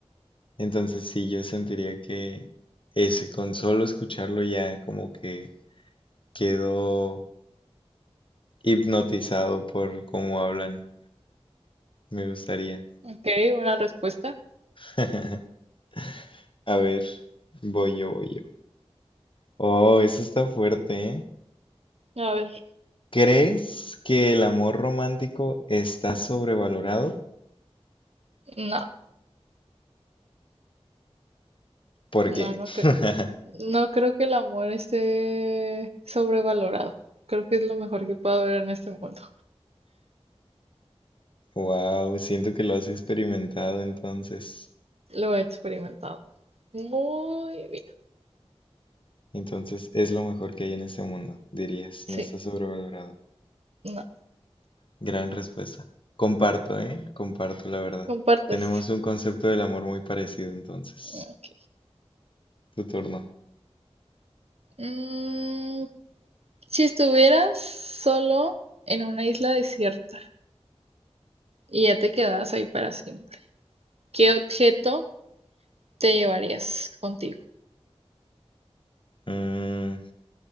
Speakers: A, on the left; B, on the right.
A: Entonces sí, yo sentiría que ese, con solo escucharlo ya como que Quedo hipnotizado por cómo hablan. Me gustaría.
B: Ok, una respuesta.
A: <laughs> A ver, voy yo, voy yo. Oh, eso está fuerte, ¿eh?
B: A ver,
A: ¿Crees que el amor romántico está sobrevalorado?
B: no,
A: ¿Por
B: no,
A: qué?
B: no creo.
A: <laughs>
B: No creo que el amor esté sobrevalorado. Creo que es lo mejor que puedo ver en este mundo.
A: Wow, siento que lo has experimentado entonces.
B: Lo he experimentado. Muy bien.
A: Entonces es lo mejor que hay en este mundo, dirías.
B: Sí,
A: No está sobrevalorado.
B: no.
A: Gran respuesta. Comparto, ¿eh? Comparto la verdad.
B: Compartes.
A: Tenemos un concepto del amor muy parecido entonces.
B: Ok.
A: Tu turno.
B: Mm, si estuvieras solo en una isla desierta y ya te quedas ahí para siempre, ¿qué objeto te llevarías contigo?
A: Mm,